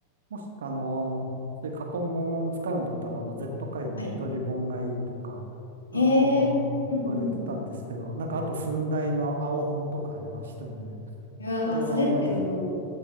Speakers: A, on the right (about 60°); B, on the left (about 75°).
A: もしくはあの、そういう過去問使うんだったら、あの、Z 界の緑本がいいとか、
B: はい。
A: あの、
B: へえ、うんうん。
A: 言われてたんですけど、なんかあと寸大の青本とかありましたよね。
B: うわあそれってもう、
A: それは覚えて